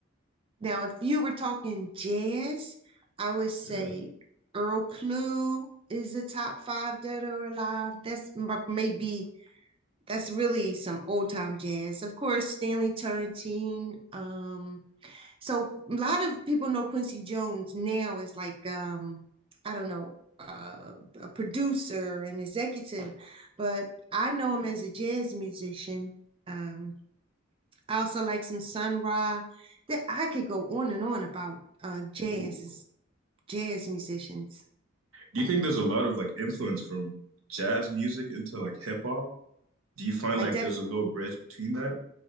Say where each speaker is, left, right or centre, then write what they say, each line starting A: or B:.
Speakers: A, on the right; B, on the right.
A: Now, if you were talking jazz, I would say
B: Yeah.
A: Earl Klugh is a top five dead or alive. That's m- maybe that's really some old time jazz. Of course, Stanley Turrentine. Um, so a lot of people know Quincy Jones now as like um, I don't know, uh, a producer and executive, but I know him as a jazz musician. Um, I also like some Sun Ra. That I could go on and on about uh jazz
B: Ooh.
A: jazz musicians.
B: Do you think there's a lot of like influence from jazz music into like hip hop? Do you find
A: I
B: like
A: def
B: there's a little bridge between that?